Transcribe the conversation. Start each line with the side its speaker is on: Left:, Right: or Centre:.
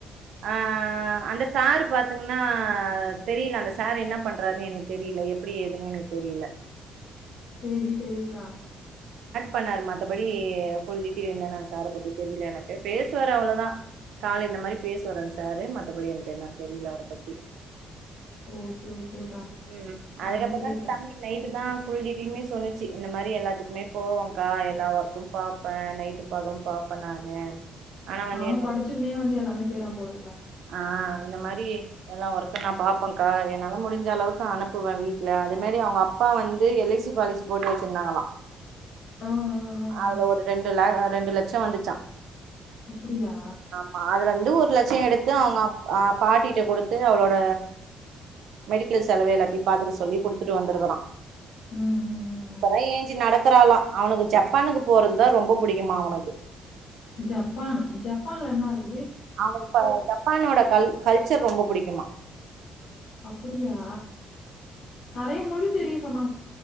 Right: ஆ அந்த சாரு பாத்திங்கன்னா தெரியில அந்த சாரு என்ன பண்றாருன்னு எனக்கு தெரியில எப்டி ஏதுனு எனக்கு தெரியில
Left: சேரி சேரிக்கா
Right: பண்ணாரு மத்தபடி ஃபுல் டீட்டெயில் என்னன்னா சார பத்தி தெரியில எனக்கு பேசுவாரு அவ்ளோதா கால இந்த மாரி பேசுவாரா சாரு மத்தபடி எனக்கு என்னன் தெரியில அவர பத்தி
Left: ஓகே ஓகேக்கா
Right: ம்க்ம் அதுக்கப்புறந்தா
Left: அதான் கேட்டேன்
Right: தம்பி நைட்டுதாஸ் ஃபுல் டீடையலுமே சொல்லு ச்சி இந்த மாரி எல்லாத்துக்குமே போவோங்கா எல்லா ஒர்க்கும் பாப்ப நைட்டும் பகளும் பாப்ப நானு ஆனா வந்து
Left: ஆமா படிச்சிக்குன்னே வந்து எல்லாமே செய்றான் போல
Right: ஆ இந்த மாதிரியே எல்லா ஒர்க்கும் நான் பாப்பேன்க்கா என்னால முடிஞ்ச அளவுக்கு அனுப்புவேன் வீட்டுல அதே மாதிரி அவுங்க அப்பா வந்து எல் ஐ சி பாலிசி போட்டு வச்சிருந்தாங்களாம்
Left: ஆ ஆ ஆ
Right: அதுல
Left: ஆ
Right: ஒரு ரெண்டுல ரெண்டு லட்சம் வந்துச்சாம்
Left: அப்டியா
Right: ஆமா அதுல இருந்து ஒரு லட்சம் எடுத் அங் அப் பாட்டிட்ட குடுத்து அவளோட மெடிக்கல் செலவு எல்லாத்தையும் பார்த்துக்க சொல்லி குடுத்துட்டு வந்திருக்குறான்
Left: ம் ம் ம்
Right: அப்பதான்
Left: ம்
Right: ஏஞ்சி நடக் ற்லாலாம் அவனுக்கு ஜப்பானுக்கு போறதுதான் ரொம்ப பிடிக்குமா அவனுக்கு
Left: ஜப்பான் ஜப்பான்ல என்ன இருக்
Right: அவன் இப்ப ஜப்பானோட கல் கல்ச்சர் ரொம்ப புடிக்குமா
Left: அப்டியா நறைய மொழி தெரியும் சொன்னா